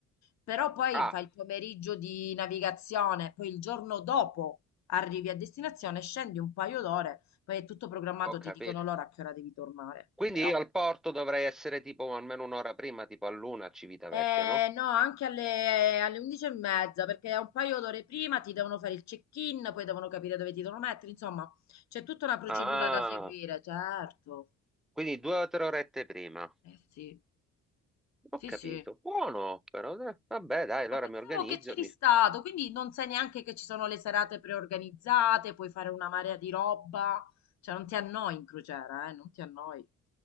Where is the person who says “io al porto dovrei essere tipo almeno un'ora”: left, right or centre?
Centre